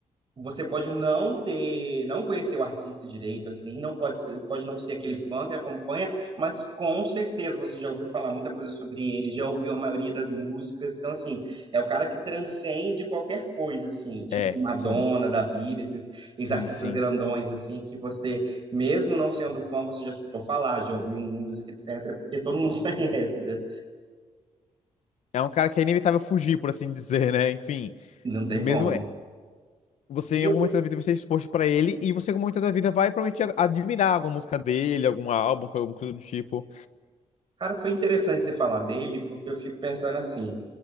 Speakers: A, on the right (about 45°); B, on the left (about 80°).
A: você pode não ter, não conhecer o artista direito, assim, não pode ser, pode não ser aquele fã que acompanha, mas com certeza você já ouviu falar muita coisa sobre ele, já ouviu a maioria das músicas, então, assim, é o cara que transcende qualquer coisa, assim, tipo
B: É,
A: Madonna,
B: sim,
A: da vida, esses,
B: sim,
A: esses artistas
B: sim.
A: grandões, assim, que você, mesmo não sendo fã, você já escutou falar, já ouviu música, etc., porque todo mundo <laughs> conhece, né?
B: É um cara que é inevitável fugir, por assim <laughs> dizer, né? Enfim,
A: Não tem
B: mesmo
A: como.
B: Você, em
A: E
B: algum momento da vida, vai ser exposto pra ele e você, em algum momento da vida, vai provavelmente a- admirar alguma música dele, algum álbum, alguma coisa do tipo.
A: Cara, foi interessante você falar dele, porque eu fico pensando assim,